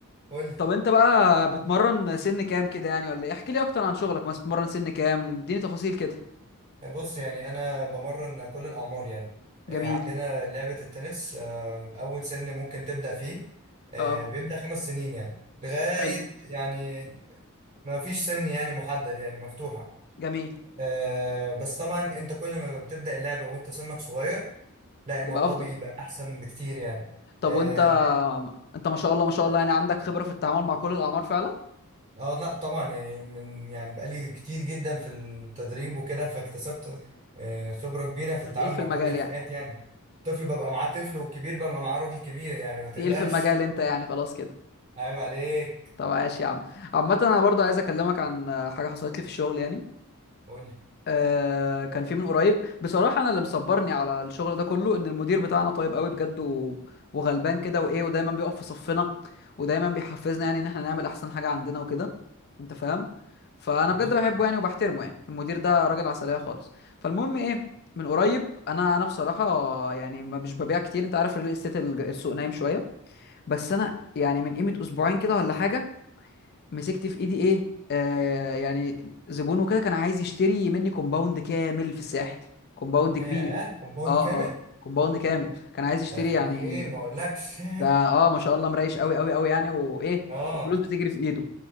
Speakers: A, on the right; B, on the left.
A: قول لي
B: طب انت بقى بتمرن سن كام كده يعني ولا ايه احكي لي اكتر عن شغلك مثلا بتمرن سن كام اديني تفاصيل كده
A: بص يعني انا بمرن كل الاعمار يعني
B: جميل
A: آه، عندنا لعبه التنس آه، اول سن ممكن تبدا فيه آه،
B: اه
A: بيبدا خمس سنين يعني لغايه
B: حلو
A: يعني ما فيش سن يعني محدد يعني مفتوحه
B: جميل
A: آه، بس طبعا انت كل ما بتبدا اللعبه وانت سنك صغير لا الموضوع
B: يبقى افضل
A: بيبقى احسن بكتير يعني
B: طب
A: آه،
B: وانت انت ما شاء الله ما شاء الله يعني عندك خبره في التعامل مع كل الاعمار فعلا
A: اه لا طبعا يعني من يعني بقالي كتير جدا في التدريب وكده فاكتسبت آه، خبرة كبيرة في التعامل
B: انت تقيل في
A: مع
B: المجال
A: كل الفئات
B: يعني
A: يعني الطفل ببقى معاه طفل والكبير ببقى معاه راجل كبير يعني ما تقلقش
B: تقيل في المجال انت يعني خلاص كده
A: <laughs> عيب عليك
B: طب عاش يا عم عامة انا برضه عايز اكلمك عن آه، حاجة حصلت لي في الشغل يعني
A: قول لي
B: آه كان في من قريب بصراحة انا اللي مصبرني على الشغل ده كله ان المدير بتاعنا طيب قوي بجد و... وغلبان كده وايه ودايما بيقف في صفنا ودايما بيحفزنا يعني ان احنا نعمل احسن حاجة عندنا وكده انت فاهم فانا
A: جميل
B: بجد بحبه
A: قوي
B: يعني وبحترمه يعني المدير ده راجل عسلية خالص فالمهم ايه من قريب انا انا بصراحة يعني ما مش ببيع كتير انت عارف الريل استيت السوق نايم شوية بس انا يعني من قيمه اسبوعين كده ولا حاجه مسكت في ايدي ايه آه يعني زبون وكده كان عايز يشتري مني كومباوند كامل في الساحل كومباوند
A: ياه
B: كبير
A: كومباوند
B: اه
A: كامل
B: اه كومباوند كامل كان عايز يشتري
A: ده هتلاقيه
B: يعني
A: ايه ما اقولكش
B: ده اه ما شاء الله مريش قوي قوي قوي يعني وايه
A: <laughs> اه
B: والفلوس بتجري في ايده